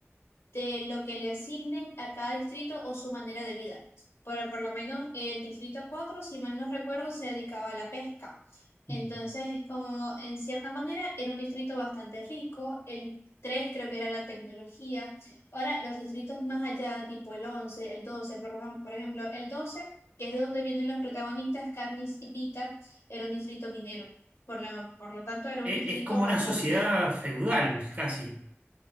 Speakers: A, on the left; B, on the right.
A: de lo que le asignen a cada distrito o su manera de vida. Pero por lo menos el distrito 4, si mal no recuerdo, se dedicaba a la pesca. Entonces,
B: Mm.
A: como en cierta manera era un distrito bastante rico, el 3 creo que era la tecnología. Ahora, los distritos más allá, tipo el 11, el 12, por lo, por ejemplo, el 12 que es de donde vienen los protagonistas, Katniss y Pita, era un distrito minero. Por lo, por lo tanto, era
B: E-
A: un distrito
B: Es, como
A: bastante,
B: una sociedad feudal, casi.